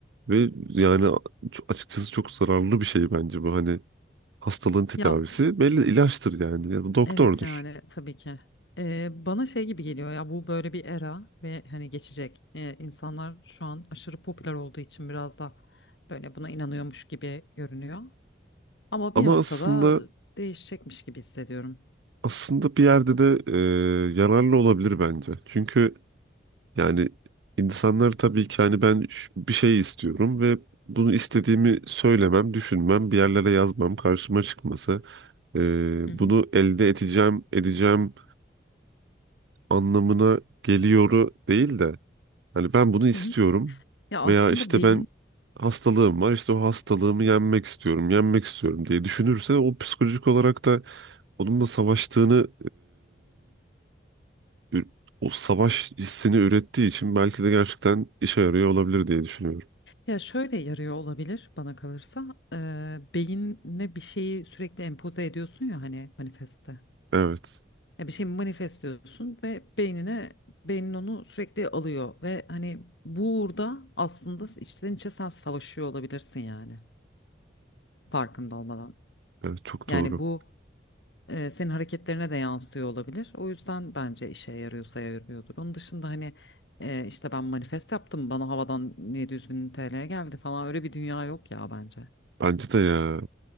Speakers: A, on the right; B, on the left.
A: Ve yani a- açıkçası çok zararlı bir şey bence bu. Hani hastalığın tedavisi
B: ya
A: belli ilaçtır yani ya da doktordur.
B: evet yani tabii ki Ee, bana şey gibi geliyor ya bu böyle bir era ve hani geçecek Ee, insanlar şu an aşırı popüler olduğu için biraz da böyle buna inanıyormuş gibi görünüyor ama bir
A: Ama
B: noktada
A: aslında
B: değişecekmiş gibi hissediyorum.
A: aslında bir yerde de e, yararlı olabilir bence. Çünkü Yani insanlar tabii ki hani ben ş- bir şey istiyorum ve bunu istediğimi söylemem, düşünmem, bir yerlere yazmam, karşıma çıkması, e,
B: Hı hı,
A: bunu elde edeceğim, edeceğim anlamına geliyoru değil de hani ben bunu istiyorum
B: hı hı. Ya aslında
A: veya işte
B: beyin
A: ben hastalığım var, işte o hastalığımı yenmek istiyorum, yenmek istiyorum diye düşünürse o psikolojik olarak da onunla savaştığını ü- o savaş hissini ürettiği için belki de gerçekten işe yarıyor olabilir diye düşünüyorum.
B: Ya şöyle yarıyor olabilir bana kalırsa. Eee beynine bir şeyi sürekli empoze ediyorsun ya hani manifeste.
A: Evet.
B: Ya bir şey manifestliyorsun ve beynine beynin onu sürekli alıyor ve hani burada aslında içten içe sen savaşıyor olabilirsin yani farkında olmadan.
A: Evet çok
B: Yani
A: doğru.
B: bu eee, senin hareketlerine de yansıyor olabilir. O yüzden bence işe yarıyorsa yarıyordur. Onun dışında hani eee, işte ben manifest yaptım bana havadan 700 bin TL geldi falan öyle bir dünya yok ya bence.
A: Bence de ya.